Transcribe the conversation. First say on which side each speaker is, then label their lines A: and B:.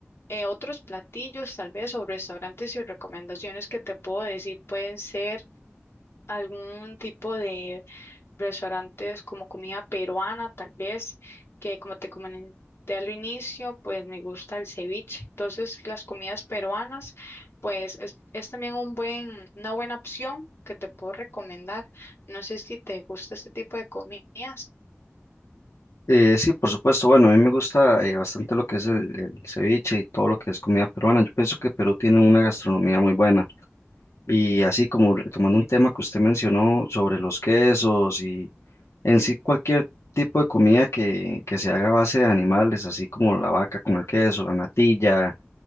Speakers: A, on the left (about 55°); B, on the left (about 80°).
A: eh, otros platillos tal vez o restaurantes y recomendaciones que te puedo decir pueden ser algún tipo de restaurantes como comida peruana, tal vez, que como te comenté al inicio, pues me gusta el ceviche. Entonces, las comidas peruanas, pues es, es también un buen, una buena opción que te puedo recomendar. No sé si te gusta este tipo de comidas.
B: Eh, sí, por supuesto, bueno, a mí me gusta eh, bastante lo que es el, el ceviche y todo lo que es comida peruana. Yo pienso que Perú tiene una gastronomía muy buena. Y así como retomando un tema que usted mencionó sobre los quesos y en sí cualquier tipo de comida que, que se haga a base de animales, así como la vaca con el queso, la natilla